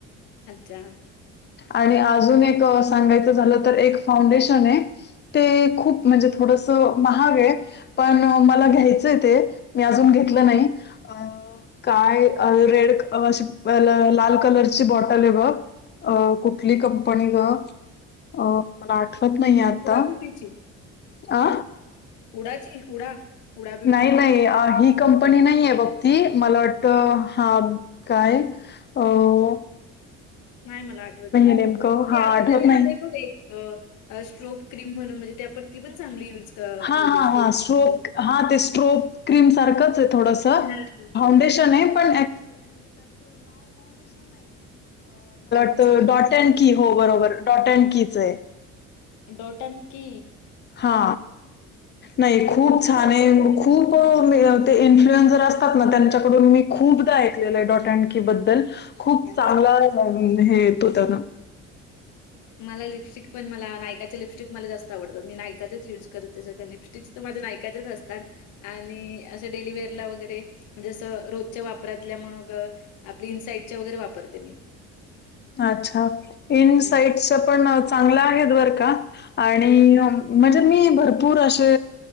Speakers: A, on the left; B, on the left.
A: अच्छा....
B: आणि अजून एक सांगायचं झालं तर एक फाउंडेशन आहे... ते खूप म्हणजे थोडस महाग आहे पण मला घ्यायचंय ते मी अजून घेतलं
A: ओके.
B: नाही अ काय रेड अशी लाल कलरची बॉटल आहे बघ अ कुठली कंपनी ग मला आठ पत नाही आता
A: हुडा ब्युटीची.
B: आ..
A: हुडाची हुडा.... हुडा ब्युटी.
B: नाही नाही ही कंपनी नाही आहे बघती मला वाटत हा काय? हो....
A: नाही मला आठवतलं
B: नेमकं
A: ते
B: हा
A: आता
B: आठवत
A: घवीन
B: नाही
A: आलंय बघ एक स्ट्रोप्र्रीम म्हणून म्हणजे ते आपण ती पण चांगली यूज क
B: हा
A: होते
B: हा
A: स्ट्रोब
B: हा
A: क्रीम.
B: शोक हा ते स्ट्रोप क्रीम सारखंच आहे थोडस
A: हां, हां,
B: फाउंडेशन
A: हां.
B: आहे पण
A: अच्छा.
B: <unintelligible> टॉट अँड की हो बरोबर टडॉट अँड कीच आहे
A: डोटमकीी
B: हा
A: म्हणजे
B: नाही
A: ब
B: खूप
A: बघितलं
B: छान
A: असेल
B: आहे
A: पण लक्षात
B: खूप
A: नाही आलं.
B: ते इन्फ्लुएं्र असतात ना त्यांच्याकडून मी खूपदा ऐकलं आहे डॉट अँड की बद्दल खूप
A: अच्छा.
B: चांगला हे येतो त्यानं
A: मला लिपस्टिक पण मला नायकाच्या लिपस्टिक मला जास्त आवत मी नायकाचेच युज करतते ते सगं लिपस्टिक माझ्या नायकाचेच असतात आणि असं डेलीवेअर ला वगैरे जसं रोजच्या वापरातल्या मग आपली इन्साइटच्या वगैरे वापरते मी
B: अच्छा इन
A: हं.
B: साइट पण चांगलं आहेत बर का आणि
A: हं,
B: म्हणजे मी भरपूर असे